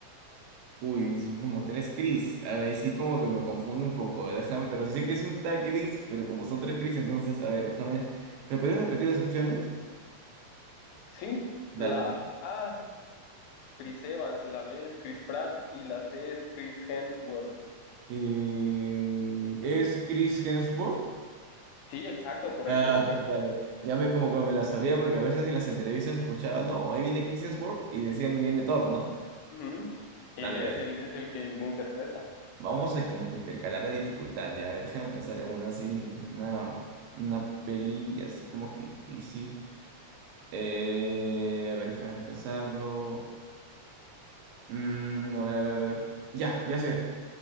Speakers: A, on the right; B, on the left.
A: Uy, son como tres Chris. A ver, ahí sí como que me confundo un poco. Déjame, pero sí sé que es un tal Chris, pero como son tres Chris, entonces, a ver, déjame. ¿Me podrías repetir las opciones?
B: Sí,
A: Dale,
B: la
A: dale.
B: A, Chris Evans, la B es Chris Pratt y la C es Chris Hemsworth.
A: Eh, ¿es Chris Hemsworth?
B: Sí, exacto, correcto,
A: Ah,
B: correcto.
A: <laughs> dale. Ya me como que me la solía porque a veces en las entrevistas escuchaba, no, ahí viene Chris Hemsworth y decían, viene Thor, ¿no?
B: Ujú. Él
A: Dale,
B: es,
A: dale.
B: él es el que lo interpreta.
A: Vamos a como que intercalar la dificultad, ya. A ver, déjame pensar en una así, una, una peli así como que difícil. Eh, a ver, déjame pensarlo. Mm, a ver, a ver, a ver. Ya, ya sé.